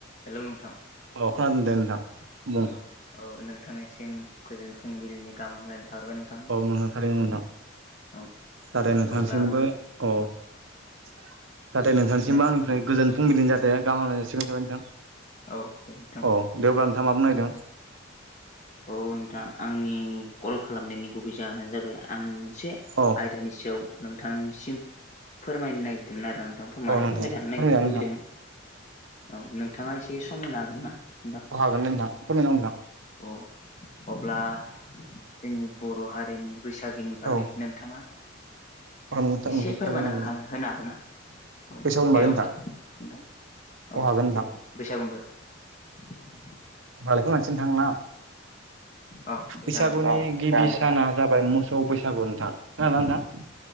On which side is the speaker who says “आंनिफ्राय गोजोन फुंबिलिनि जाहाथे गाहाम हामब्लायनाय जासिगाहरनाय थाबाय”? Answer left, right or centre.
Right